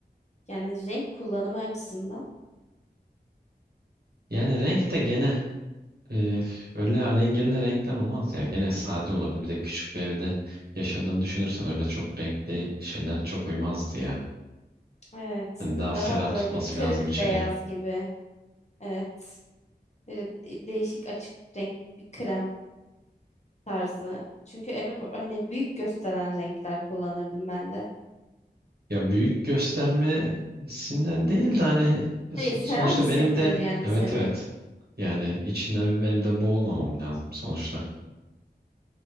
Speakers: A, on the left (about 40°); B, on the right (about 65°).
A: yani renk kullanımı açısından.
B: Yani renk de gene Ee, öyle alengirli renkler olmaz ya. Gene sade olurdu. Bir de küçük bir evde yaşadığını düşünürsen öyle çok renkli şeyler çok uymazdı ya.
A: Evet.
B: Hani daha ferah
A: Daha böyle
B: tutması
A: kırık
B: lazım içeriği.
A: beyaz gibi. Evet. Böyle de- değişik açık renk bir krem tarzı. Çünkü eve bu- hani büyük gösteren renkler kullanırdım ben de.
B: Ya büyük göstermesinden değil de hani so-
A: Hayır, ferah
B: sonuçta
A: hissettirir
B: benim de
A: yani
B: evet
A: seni.
B: evet. Yani içinde benim de boğulmamam lazım sonuçta.